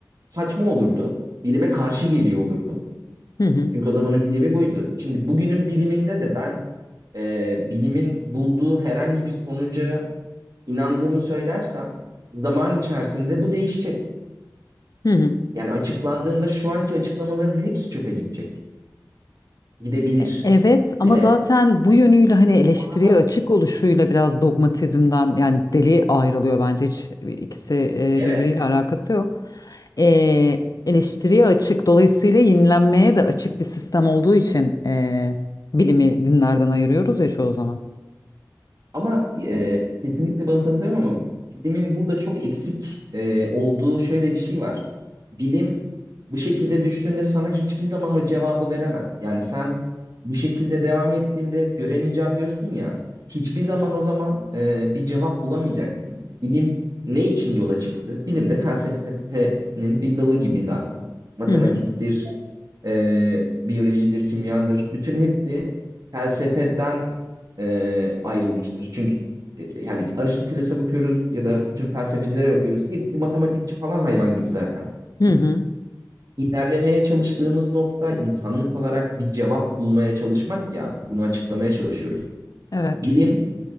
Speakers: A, on the right (about 55°); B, on the left (about 55°).
A: saçma olurdu. Bilime karşı geliyor olurdum.
B: Hı hı.
A: Çünkü o zamanın bilimi buydu. Şimdi bugünün biliminde de ben e, bilimin bulduğu herhangi bir sonuca inandığımı söylersem zaman içerisinde bu değişecek.
B: Hı hı.
A: Yani açıklandığında şu anki açıklamaların hepsi çöpe gidecek. Gidebilir.
B: E- Evet ama
A: Değil mi?
B: zaten bu yönüyle hani eleştiriye
A: O zaman
B: açık oluşuyla biraz dogmatizmden yani deli ayrılıyor bence hiç ikisi e,
A: evet.
B: birbiriyle alakası yok. E, eleştiriye açık dolayısıyla yenilenmeye de açık bir sistem olduğu için e, bilimi dinlerden ayırıyoruz ya çoğu zaman.
A: Ama e, kesinlikle buna katılıyorum ama bilimin burada çok eksik e, olduğu şöyle bir şey var. Bilim bu şekilde düştüğünde sana hiçbir zaman o cevabı veremez. Yani sen bu şekilde devam ettiğinde göremeyeceğim diyorsun ya, hiçbir zaman o zaman e, bir cevap bulamayacaksın. Bilim ne için yola çıktı? Bilim de felsefenin bir dalı gibi zaten. Matematiktir,
B: Hı hı.
A: e, biyolojidir, kimyadır. Bütün hepsi felsefeden e, ayrılmıştır. Çünkü e, yani Aristoteles'e bakıyoruz ya da bütün felsefecilere bakıyoruz. Hepsi matematikçi falan hayvan gibi zaten.
B: Hı hı.
A: İlerlemeye çalıştığımız nokta insanlık olarak bir cevap bulmaya çalışmak ya bunu açıklamaya çalışıyoruz.
B: Evet.
A: Bilim